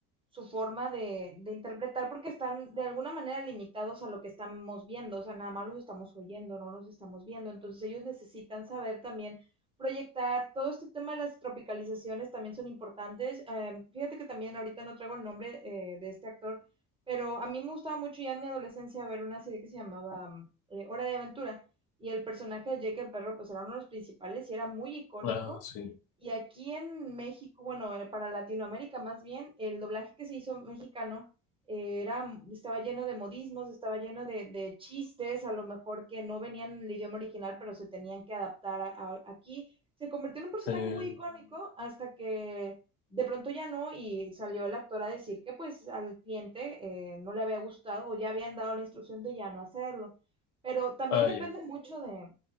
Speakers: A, on the right; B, on the left.
A: su forma de, de interpretar, porque están de alguna manera limitados a lo que estamos viendo, o sea, nada más los estamos oyendo, no los estamos viendo, entonces ellos necesitan saber también proyectar. Todo este tema de las tropicalizaciones también son importantes. Eh, fíjate que también ahorita no traigo el nombre eh, de este actor, pero a mí me gustaba mucho ya en mi adolescencia ver una serie que se llamaba mm, eh, Hora de Aventura y el personaje de Jake el Perro pues era uno de los principales y era muy icónico.
B: Ah, sí.
A: Y aquí en México, bueno, eh, para Latinoamérica más bien, el doblaje que se hizo mexicano eh, era, estaba lleno de modismos, estaba lleno de, de chistes, a lo mejor que no venían en el idioma original, pero se tenían que adaptar a- a- aquí. Se convirtió en un personaje
B: sí.
A: muy icónico hasta que de pronto ya no y salió el actor a decir que pues al cliente eh, no le había gustado o ya habían dado la instrucción de ya no hacerlo. Pero también
B: Ah,
A: depende
B: ya.
A: mucho de